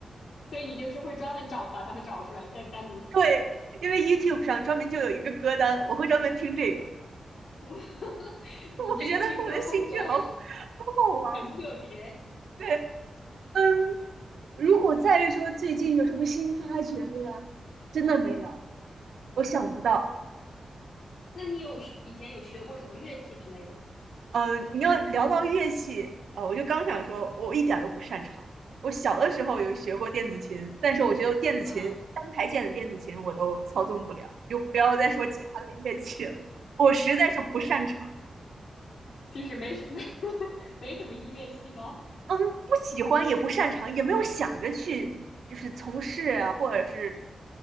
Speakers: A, on the left; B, on the right.
A: 所以你就是会专门找把他们找出来，再单独听。
B: 对，因为 YouTube 上专门就有一个歌单，我会专门听这个。
A: <laughs>
B: <laughs>
A: 你这个听歌风格
B: 我觉得我的兴趣好好好玩。
A: 很特别。
B: 对，嗯，如果再说最近有什么新发掘的，真的没有，我想不到。
A: 那你有以前有学过什么乐器之类的吗？
B: 呃，你要聊到乐器，呃，我就刚想说，我一点儿都不擅长。我小的时候有学过电子琴，但是我觉得电子琴单排键的电子琴我都操纵不了，
A: 嗯，
B: 就不要再说其他的乐器了，我实在是不擅长。
A: 就是没什没 <laughs> 没什么音乐细胞。
B: 嗯，不喜欢也不擅长，也没有想着去就是从事啊，或者是